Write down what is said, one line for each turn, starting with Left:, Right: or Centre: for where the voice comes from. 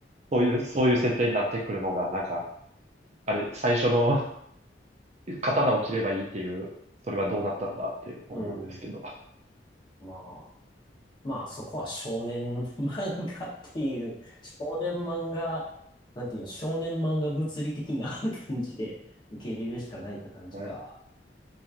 Right: そういう、そういう設定になってくるのが、なんか、あれ、最初の <laughs> 刀を切ればいいっていう、それはどうなったんだって思うんですけど。
Left: うん。まあ、まあ、そこは少年 <laughs> 漫画っていう、少年漫画、なんていうの、少年漫画物理的な <laughs> 感じで受け入れるしかないって感じか。
Right: はい。